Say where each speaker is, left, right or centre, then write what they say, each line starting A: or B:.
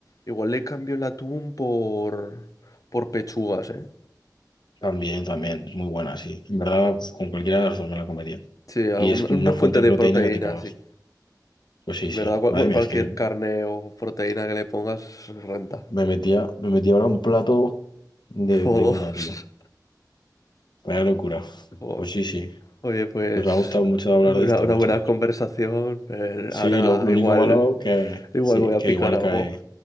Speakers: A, on the left; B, on the left.
A: igual le cambio el atún por, por pechugas, ¿eh?
B: También, también, es muy buena, sí. En verdad, pues, con cualquiera de las dos me la comería.
A: Sí, alguna,
B: Y es como
A: una
B: una fuente
A: fuente
B: de
A: de
B: proteína
A: proteína,
B: que te cagas.
A: sí.
B: Pues sí,
A: En
B: sí.
A: ¿Verdad? cual-
B: Madre mía,
A: cualquier
B: es que
A: carne o proteína que le pongas renta.
B: me metía, me metía ahora un plato de,
A: <laughs>
B: de
A: O
B: una,
A: dos.
B: tío. Vaya locura.
A: Joder.
B: Pues sí, sí.
A: Oye, pues
B: Pues me ha gustado mucho hablar
A: una,
B: de esto,
A: una
B: macho.
A: buena conversación. Eh,
B: Sí,
A: ahora
B: lo, lo único
A: igual,
B: malo que
A: igual
B: sí,
A: voy a
B: que
A: picar
B: igual
A: algo.
B: cae.